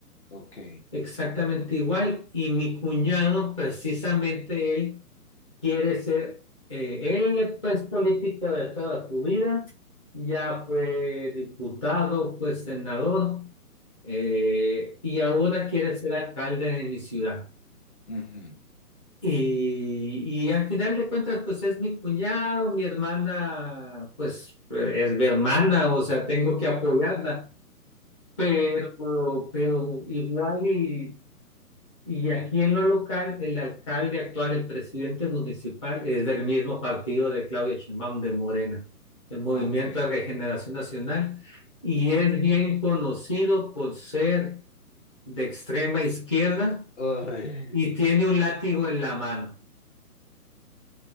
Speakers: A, on the left (about 45°); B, on the left (about 20°).
A: Ok.
B: exactamente igual. Y mi cuñado, precisamente él, quiere ser, eh, él es pues, político de toda su vida, ya fue diputado, fue senador, eh, y ahora quiere ser alcalde de mi ciudad.
A: ujú,
B: Y, y al final de cuentas, pues es mi cuñado, mi hermana, pues eh, es mi hermana, o sea, tengo que apoyarla, pero, pero igual y, y aquí en lo local, el alcalde actual, el presidente municipal, es del mismo partido de Claudia Sheinbaum de Morena, el Movimiento
A: Ok.
B: de Regeneración Nacional, y es bien conocido por ser de extrema izquierda
A: Ay.
B: y tiene un látigo en la mano.